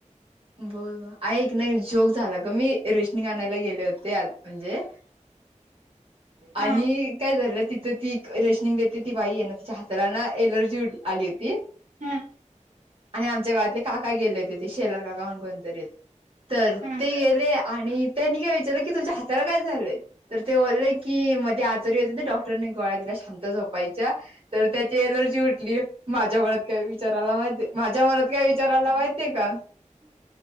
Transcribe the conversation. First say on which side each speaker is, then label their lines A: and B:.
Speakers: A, on the right; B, on the right.
A: ब ब ऐक नाही जोक झाला ग मी रोशमी गानायला गेले होते आ म्हणजे
B: हा
A: आणि काय झालं तिथं ती रेशनिंग देते ती बाई आहे ना तिच्या हाताला ना एलर्जी उ आली होती?
B: हा
A: आणि आमच्या गावातले काका गेले होते ते शेलार काका म्हण कोणतरी होत तर
B: हा
A: ते गेले आणि त्यांनी काय विचारलं की तुमच्या हाताारला काय झालंय तर ते बोललेय की मध्ये ते आचोरी होते ते डॉ क्टरांनी गळ्या दिल्या शांत झोपायच्या तर त्याची एलर्जी उठली माझ्या मनात काय विचाराला माहिित माझ्या मनात काय विचारायला माहिितय का